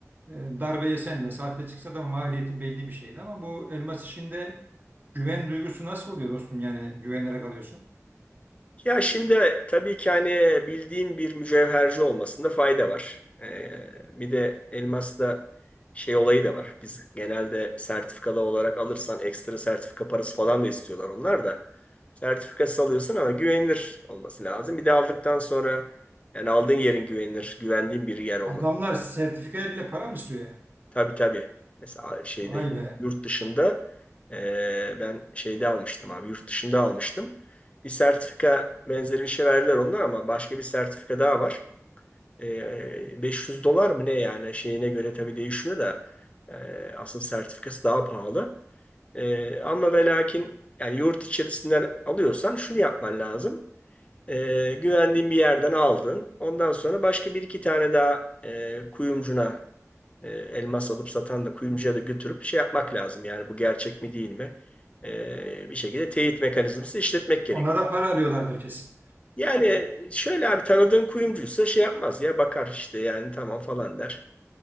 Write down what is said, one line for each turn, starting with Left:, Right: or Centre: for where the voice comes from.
Right: e, darbe yesen de sahte çıksa da maliyeti belli bir şeydi. Ama bu elmas işinde güven duygusu nasıl oluyor dostum? Yani güvenerek alıyorsun.
Left: Ya şimdi tabii ki hani bildiğin bir mücevherci olmasında fayda var. Ee, bir de elmasta şey olayı da var. Biz genelde sertifikalı olarak alırsan ekstra sertifika parası falan da istiyorlar onlar da. Sertifikası alıyorsun ama güvenilir olması lazım. Bir de aldıktan sonra yani aldığın yerin güvenilir, güvendiğin bir yer olması
Right: Adamlar sertifikaya bile para mı istiyor yani?
Left: Tabii tabii. Mesela şeyde
Right: Vay be.
Left: yurt dışında e, ben şeyde almıştım abi yurt dışında almıştım. Bir sertifika benzeri bir şey verdiler onlar ama başka bir sertifika daha var. E, 500 dolar mı ne yani şeyine göre tabii değişiyor da e, asıl sertifikası daha pahalı. E, ama ve lakin yani yurt içerisinden alıyorsan şunu yapman lazım. E, güvendiğin bir yerden aldın. Ondan sonra başka bir iki tane daha e, kuyumcuna e, elmas alıp satan da kuyumcuya da götürüp şey yapmak lazım. Yani bu gerçek mi değil mi? E, bir şekilde teyit mekanizması işletmek gerek.
Right: Ona da para alıyorlardır kesin.
Left: Yani şöyle abi tanıdığın kuyumcuysa şey yapmaz ya bakar işte yani tamam falan der.